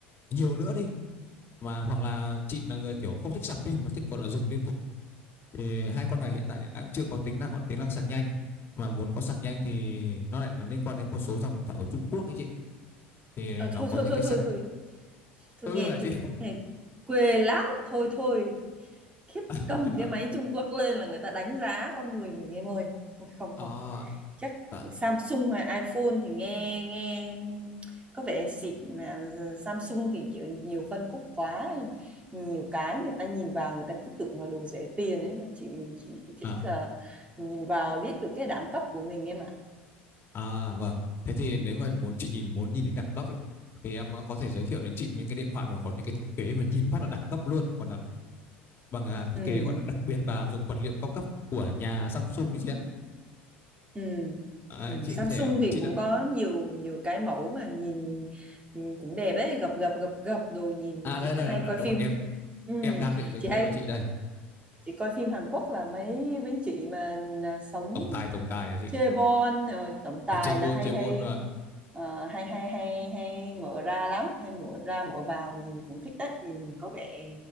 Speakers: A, on the left (about 35°); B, on the right (about 20°).
A: nhiều nữa đi mà hoặc là chị là người kiểu không thích sạc pin mà thích gọi là dùng liên tục thì hai con này hiện tại đang chưa có tính năng còn tính năng sạc nhanh mà muốn có sạc nhanh thì nó lại là liên quan đến một số dòng điện thoại ở Trung Quốc ấy chị thì
B: Ờ,
A: nó
B: thôi
A: có
B: thôi
A: những
B: thôi
A: cái sạc
B: thôi thôi thôi
A: tôi
B: nghe
A: luôn là chị
B: Trung Quốc nghe quê lắm thôi thôi khiếp
A: <laughs>
B: cầm
A: dạ
B: cái máy Trung Quốc lên là người ta đánh giá con người mình em ơi không không
A: à,
B: chắc
A: dạ.
B: Samsung hay iPhone thì nghe nghe có vẻ xịn mà Samsung thì kiểu nhiều phân khúc quá nhiều cái người ta nhìn vào người ta cứ tưởng là đồ rẻ tiền ấy mà chị, chị thích
A: à,
B: là nhìn vào biết được cái đẳng cấp của mình em ạ
A: à vâng thế thì nếu mà muốn chị nhìn muốn nhìn đến đẳng cấp ấy thì em ờ, có thể giới thiệu đến chị những cái điện thoại mà có những cái thiết kế mà nhìn phát là đẳng cấp luôn còn là bằng à, thiết
B: ừ
A: kế gọi là đặc biệt và dùng vật liệu cao cấp của nhà Samsung ấy chị ạ
B: Ừ.
A: Đấy,
B: Ừ.
A: chị
B: Samsung
A: có thể
B: thì
A: chị
B: cũng
A: là
B: có nhiều nhiều cái mẫu mà nhìn ừ, cũng đẹp ấy gập gập gập gập đồ nhìn
A: à
B: chị
A: đây đây
B: có- hay
A: đây,
B: coi
A: đây đúng
B: phim
A: rồi em
B: ừ.
A: em đang định giới
B: chị
A: thiệu
B: hay
A: cho chị đây
B: chị coi phim Hàn Quốc là mấy mấy chị mà à, sống
A: tổng tài tổng tài à chị
B: chaebol rồi tổng tài
A: À, Chevron,
B: là hay
A: Chevron
B: hay
A: và
B: ờ, hay hay hay hay mở ra lắm hay mở ra mở vào nhìn cũng thích đấy nhìn có vẻ